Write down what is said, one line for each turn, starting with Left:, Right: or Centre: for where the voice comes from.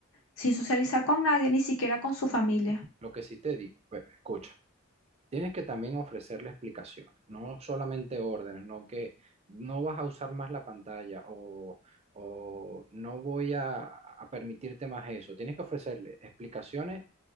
Left: sin socializar con nadie, ni siquiera con su familia.
Right: Lo que sí te digo, pues, escucha. Tienes que también ofrecerle explicaciones, no solamente órdenes, no que no vas a usar más la pantalla o, o no voy a, a permitirte más eso. Tienes que ofrecerle explicaciones